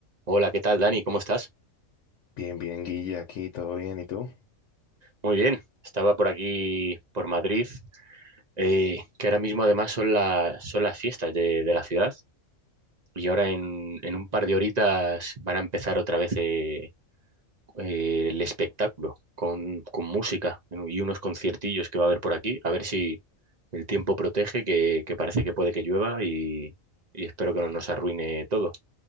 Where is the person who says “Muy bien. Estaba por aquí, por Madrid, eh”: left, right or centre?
Right